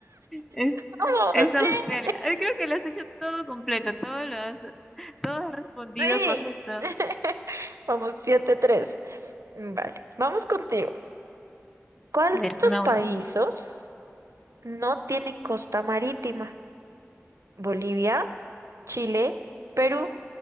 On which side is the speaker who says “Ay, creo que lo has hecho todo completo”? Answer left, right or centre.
Centre